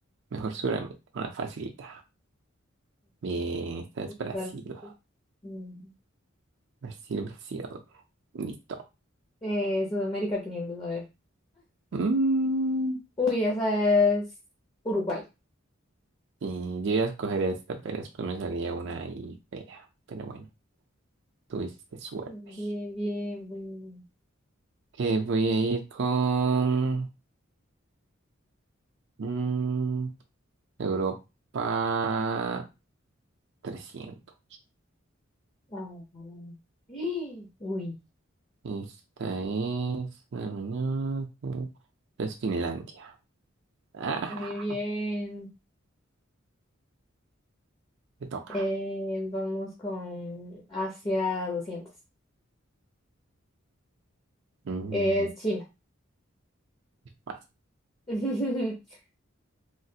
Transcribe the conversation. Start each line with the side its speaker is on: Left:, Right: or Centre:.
Right: mejor Sudamérica. Una facilita. Bien, esta
Left: Entonces,
Right: es Brasil.
Left: mm,
Right: Brasil, Brasil. Listo.
Left: eh, Sudamérica 500 a ver.
Right: Mm,
Left: Uy, esa es Uruguay.
Right: sí, yo iba a escoger esta, pero después me salía una ahí fea. Pero bueno. Tuviste suerte.
Left: Bien, bien, bien.
Right: Que voy a ir con mm, Europa trescientos
Left: Ah, <gasps> Uy,
Right: Esta es... no, no, no, esta Es Finlandia. <laughs> Ah,
Left: muy bien.
Right: te toca.
Left: Eh, vamos con Asia doscientos
Right: Mm,
Left: Es China.
Right: vale.
Left: <laughs>